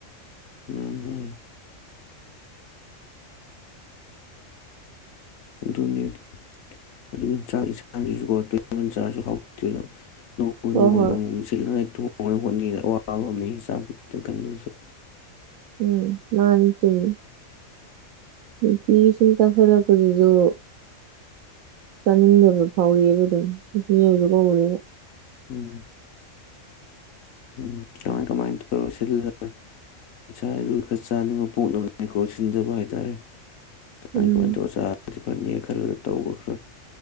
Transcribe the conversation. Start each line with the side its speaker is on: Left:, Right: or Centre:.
Left: ꯎꯝ ꯎꯝ ꯑꯗꯨꯅꯤ ꯑꯗꯨ ꯆꯥꯛ ꯌꯦꯟꯁꯥꯡꯁꯤꯁꯨ ꯆꯥꯛꯁꯨ ꯍꯥꯎꯇꯦ ꯅꯣꯡ
Right: ꯍꯣꯏ
Left: ꯅꯣꯡ ꯃ
Right: ꯍꯣꯏ
Left: ꯒꯤ ꯑꯃꯨꯛ ꯃꯨꯛ ꯁꯤꯜꯂꯒ ꯍꯣꯡꯗꯤ ꯍꯣꯡꯗꯦ ꯑꯋꯥꯕ ꯑꯃꯅꯤ ꯆꯥꯕ ꯀꯟꯁꯨ
Right: ꯎꯝ ꯃꯥꯅꯤ ꯆꯨꯝꯃꯤ ꯅꯨꯡꯇꯤꯒꯤ ꯁꯨꯝ ꯆꯥꯁꯤꯜꯂꯛꯄꯁꯤꯁꯨ ꯆꯥꯅꯤꯡꯗꯕ ꯐꯥꯎꯢꯕ ꯑꯗꯨꯝ ꯃꯤꯑꯣꯏꯕ ꯀꯧꯕꯅꯤꯅ
Left: ꯎꯝ ꯎꯝ ꯀꯃꯥꯏ ꯀꯃꯥꯏ ꯇꯧꯔꯒ ꯁꯤꯜꯂꯒ ꯏꯁꯥꯅ ꯈꯔ ꯆꯥꯅꯤꯡꯕ ꯀꯣ ꯁꯤꯟꯖꯕ ꯍꯥꯏ ꯇꯔꯦ ꯀꯃꯥꯏ
Right: ꯎꯝ
Left: ꯀꯃꯥꯏ ꯇꯧꯔ ꯆꯥꯏ ꯐꯥꯅꯦ ꯈꯜꯂꯒ ꯇꯧꯕ ꯈ꯭ꯔ